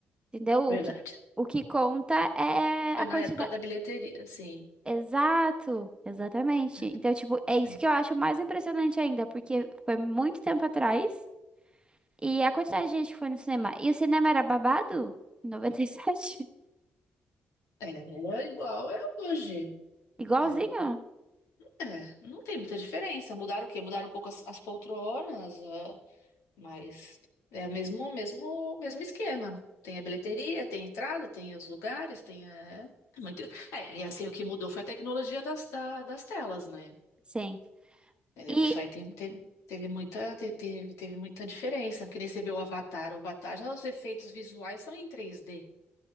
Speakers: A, on the right; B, on the left.
A: Entendeu? O
B: verdade.
A: que, o que conta é
B: Foi
A: a
B: na
A: quantidade.
B: época da bilheteria, sim.
A: Exato, exatamente.
B: Na época,
A: Então, tipo, é
B: Sim.
A: isso que eu acho mais impressionante ainda, porque foi muito tempo atrás e a quantidade de gente que foi no cinema. E o cinema era babado? Em noventa e sete
B: É, é igual é hoje.
A: <laughs> Igualzinho?
B: É, é, não tem muita diferença. Mudaram o quê? Mudaram um pouco as, as poltronas, Mas é o mesmo, mesmo, mesmo esquema. Tem a bilheteria, tem a entrada, tem os lugares, tem a... é, muito. É, e assim, o que mudou foi a tecnologia das, da- das telas, né?
A: Sim.
B: Entendeu?
A: E,
B: Isso aí tem, teve, teve muita, te- teve, teve muita diferença, porque nem você vê o Avatar. O Avatar, já os efeitos visuais são em três d